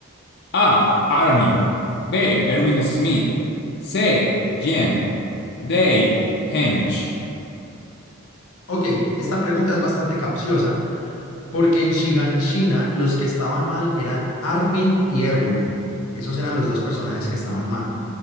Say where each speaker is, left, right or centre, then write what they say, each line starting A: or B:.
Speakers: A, on the left; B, on the left.
A: A. Armin. B. Erwin Smith. C. Jen. D. Hench.
B: Ok, esta pregunta es bastante capciosa porque en Shiganshina los que estaban mal eran Armin y Erwin. Esos eran los dos personajes que estaban mal.